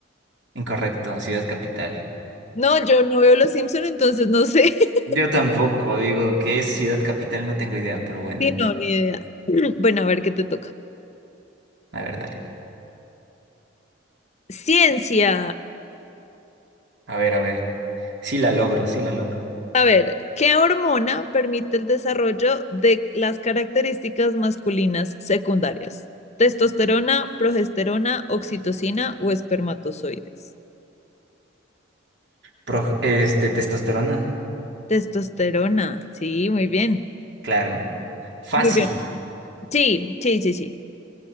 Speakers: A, on the right (about 65°); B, on the left (about 35°).
A: Incorrecto, ciudad capital.
B: No, yo no veo Los Simpson, entonces no sé. <laughs>
A: Yo tampoco, digo, ¿qué es ciudad capital? No tengo idea, pero bueno,
B: Sí, no, ni idea. <clears throat> Bueno, a ver qué te toca.
A: a ver, dale.
B: Ciencia.
A: A ver, a ver. Sí la logro, sí la logro.
B: A ver, ¿qué hormona permite el desarrollo de las características masculinas secundarias? Testosterona, progesterona, oxitocina o espermatozoides.
A: Pro- este, testosterona,
B: Testosterona. Sí, muy bien.
A: claro. Fácil.
B: Muy bien. Sí, sí, sí, sí.